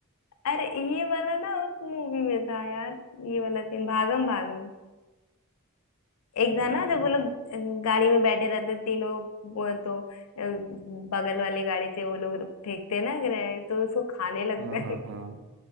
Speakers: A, on the left; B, on the right.
A: अरे ये वाला ना उस मूवी में था यार ये वाला सीन भागम भाग में एक
B: वही
A: था ना जब
B: तो
A: वो लोग गाड़ी में बैठे रहते तीनों वो तो अ, बगल वाले गाड़ी से वो लोग फेंकते हैं ना ग्रेनेड तो उसको खाने लगता
B: हाँ हाँ
A: है
B: हाँ